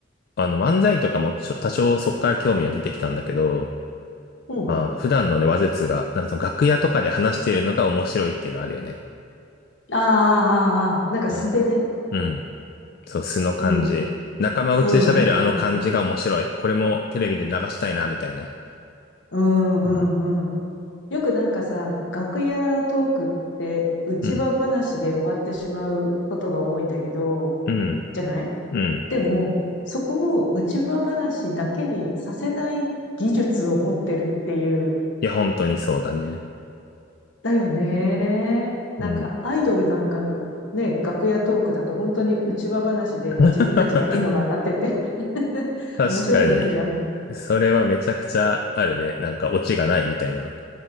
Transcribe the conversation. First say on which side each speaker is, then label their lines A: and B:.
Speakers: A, on the left (about 50°); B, on the left (about 75°).
A: あの、漫才とかもちょ多少そこから興味は出てきたんだけど、
B: う。うん。
A: まあ、普段のね、話術が、なんかその楽屋とかで話しているのが面白いっていうのあるよね。
B: ああ、ああ、ああ。なんか素でね。
A: うん。うん。そう、素の感じ。
B: うん、
A: 仲間内で喋るあの感じが面白い。
B: うん、うん。
A: これもテレビで流したいな、みたいな。
B: うん、
A: うん。
B: うん、うん。よくなんかさ、楽屋トークって、うちわ話で終わってしまうことが多いんだけど、
A: うん。うん。
B: じゃない
A: うん。
B: でも、そこを内輪話だけにさせない技術を持ってるっていう、
A: いや、本当にそうだね。
B: だよね。なんか、
A: うん。
B: アイドルなんかのね、楽屋トークだと本当に内輪話で自分たちだけが笑ってて
A: <laughs>
B: <laughs>
A: 確かに。
B: 面白くないじゃん。
A: それはめちゃくちゃあるね。なんかオチがないみたいな。